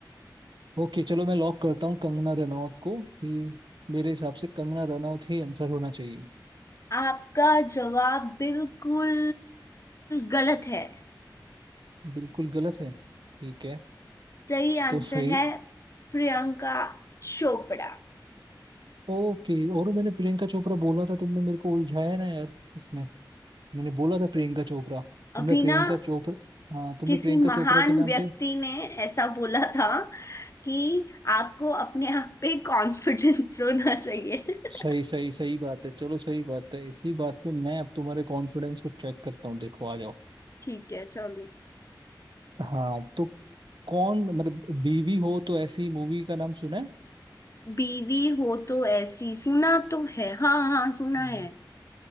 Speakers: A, on the right; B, on the left.
A: ओके चलो मैं लॉक करता हूँ कंगना रनौत को कि मेरे हिसाब से कंगना रनौत ही आंसर होना चाहिए
B: आपका जवाब बिल्कुल गलत है
A: बिल्कुल गलत है ठीक है
B: सही आंसर
A: तो सही
B: है प्रियंका चोपड़ा
A: ओके और मैंने प्रियंका चोपड़ा बोला था तुमने मेरे को उलझाया ना यार इसमें मैंने बोला था प्रियंका चोपड़ा तुमने
B: अभी
A: प्रियंका
B: ना
A: चोपड़ा हाँ तुमने
B: किसी
A: प्रियंका
B: महान
A: चोपड़ा के नाम
B: व्यक्ति
A: पे
B: ने ऐसा बोला था कि आपको अपने आप पे कॉन्फिडेंस होना चाहिए
A: सही
B: <laughs>
A: सही सही बात है चलो सही बात है इसी बात पे मैं अब तुम्हारे कॉन्फिडेंस को चेक करता हूँ देखो आ जाओ
B: ठीक है चलो
A: हाँ तो कौन मतलब बीवी हो तो ऐसी मूवी का नाम सुना
B: बीवी हो तो ऐसी सुना तो है हाँ हाँ सुना
A: है
B: है